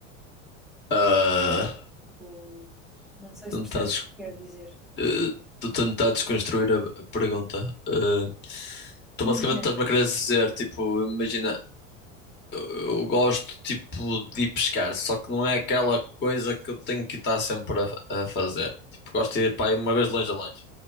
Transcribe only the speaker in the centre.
Tipo, não sei
se percebes
o que quero dizer.
Imagina,